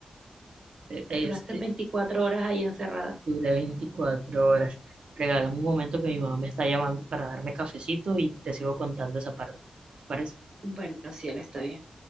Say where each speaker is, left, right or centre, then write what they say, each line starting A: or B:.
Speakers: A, on the right (about 60°); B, on the right (about 40°).
A: Eh, Es,
B: Duraste
A: e-,
B: veinticuatro horas ahí encerrada.
A: Duré 24 horas. Regálame un momento que mi mamá me está llamando para darme cafecito y te sigo contando esa parte. ¿Te parece?
B: Bueno, sí, él está bien.